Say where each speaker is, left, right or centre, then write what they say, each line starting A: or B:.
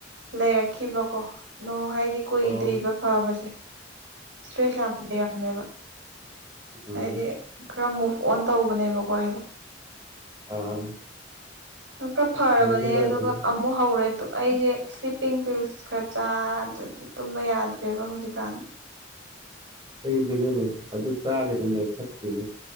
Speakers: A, on the right (about 70°); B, on the right (about 25°).
A: ꯂꯩꯔꯛꯈꯤꯕꯀꯣ ꯍꯥꯏ ꯀꯣꯏꯗ꯭ꯔꯤꯕ
B: ꯑꯣ
A: ꯐꯥꯕꯁꯦ ꯁꯇ꯭ꯔꯦꯁ ꯌꯥꯝ ꯂꯩꯔꯝꯃꯦꯕ
B: ꯑꯝ
A: ꯍꯥꯏꯗꯤ ꯈꯔ ꯃꯨꯚ ꯑꯣꯟ ꯇꯧꯕꯅꯦꯕꯀꯣ ꯑꯩꯗꯣ
B: ꯑꯥ
A: ꯈꯔ ꯐꯔꯕꯅꯦ
B: ꯇꯧꯒꯗꯕꯅꯤ
A: ꯑꯗꯨꯒ ꯑꯃꯨꯛ ꯍꯧꯔꯦ ꯇꯨ ꯑꯩꯁꯦ ꯏꯁꯞ ꯄꯤꯡ ꯕꯤꯜꯁ ꯈꯔ ꯆꯥꯗ꯭ꯔꯗꯤ ꯇꯨꯝꯕ ꯌꯥꯗ꯭ꯔꯦꯕ ꯍꯧꯖꯤꯛꯀꯥꯟ
B: ꯀꯩꯒꯤꯅꯣꯅꯦ ꯑꯗꯨ ꯆꯥꯒꯅꯨꯅꯦ ꯐꯠꯇꯦꯅꯦ